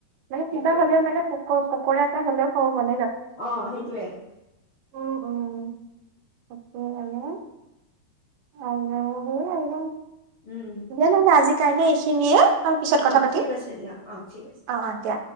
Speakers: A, on the right; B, on the left.
A: মানে
B: সেইটোৱে
A: কিবা হলেও
B: আৰু
A: মানে পোক পকৰা এটা হলেও খাব মন
B: অ সেইটোৱে
A: উম উম তাকে আৰু অ সেয়ে আৰু
B: উম
A: জানানো আজি কাৰাণে এইখিনিয়ে আৰু পিছত কথা
B: অ
A: পাতিম
B: ঠিক আছে দিয়া অ ঠিক আছে
A: অ অ দিয়া।